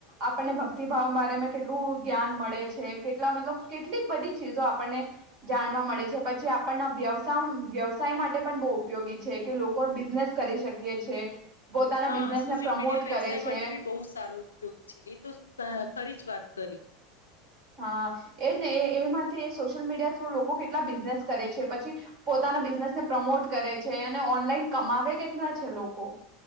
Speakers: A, on the right (about 50°); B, on the left (about 80°).
A: આપણને ભક્તિભાવ બમાં કેટલું જ્ઞાન મળે છે કેટલા મતલબ કેટલી બધી ચીજો આપણને જાણવા મળે છે પછી આપણના વ્યવસ વ્યવસાય માટે પણ બહુ ઉપયોગી છે કે લોકો બિઝનેસ કરી શકીએ છે. પોતાના
B: હા
A: બિઝનેસને
B: સોશિયલ
A: પ્રમોટ
B: મીડિયા
A: કરે
B: વ્યવસાય
A: છે.
B: માટે બી બહુ જ સારું ઉપયોગી છે એ તો
A: હમ.
B: ખરી જ વાત કરી.
A: હા એજ ને એ એમાંથી સોશિયલ મીડિયા થ્રુ લોકો કેટલા બિઝનેસ કરે છે પછી પોતાના બિઝનેસ ને પ્રમોટ કરે છે અને ઓનલાઈન કમાવે કેટલા છે લોકો